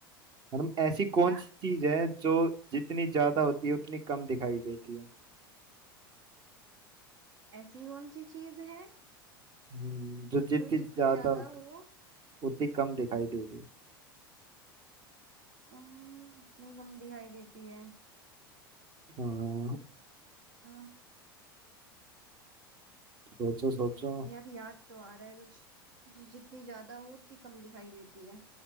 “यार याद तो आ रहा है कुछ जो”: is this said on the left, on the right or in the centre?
Right